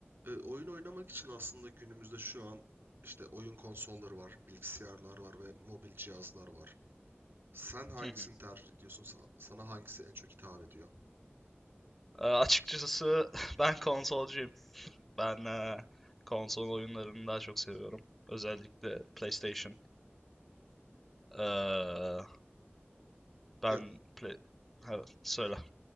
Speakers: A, on the right; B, in the centre.
A: E, oyun oynamak için aslında günümüzde şu an işte oyun konsolları var, bilgisayarlar var ve mobil cihazlar var. Sen hangisini
B: Hı hı.
A: tercih ediyorsun? Sa- Sana hangisi en çok hitap ediyor?
B: Ee, açıkçası <laughs> ben konsolcuyum. Ben eee, konsol oyunlarını daha çok seviyorum. Özellikle PlayStation. Eee, ben
A: Ya,
B: play... Evet, söyle.